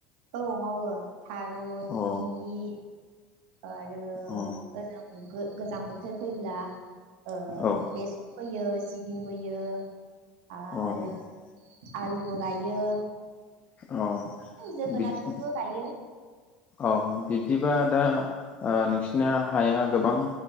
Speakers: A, on the right; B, on the left.
A: औ मावो थारुन
B: अ
A: भिन्दि आरो
B: अ
A: ओ जोगो गोजां बोथोर फैब्ला ओ
B: औ
A: बेस फोयो सिबिंबोयो आरो
B: अ
A: आलुबो गायो
B: अ
A: जोगोनारफोरबो
B: बिदि
A: गायो
B: अ बिब्दिबा दा नोंसिना हाया गोबां